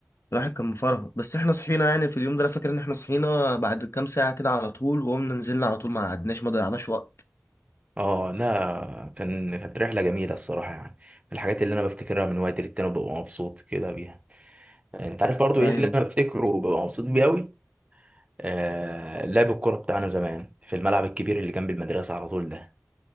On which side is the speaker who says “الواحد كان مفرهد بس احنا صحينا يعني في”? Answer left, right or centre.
Left